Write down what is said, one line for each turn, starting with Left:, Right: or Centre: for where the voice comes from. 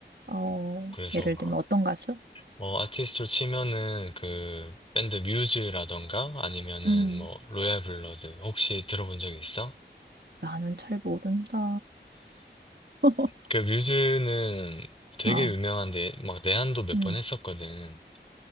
Right: 어,
Left: 그래서
Right: 예를
Left: 막,
Right: 들면 어떤 가수?
Left: 어, 아티스트로 치면은 그, 밴드 뮤즈라던가, 아니면은
Right: 음,
Left: 뭐, 로얄 블러드, 혹시 들어본 적 있어?
Right: 나는 잘 모른다. <laughs>
Left: 그 뮤즈는 되게
Right: 어,
Left: 유명한데 막 내한도 몇
Right: 음.
Left: 번 했었거든.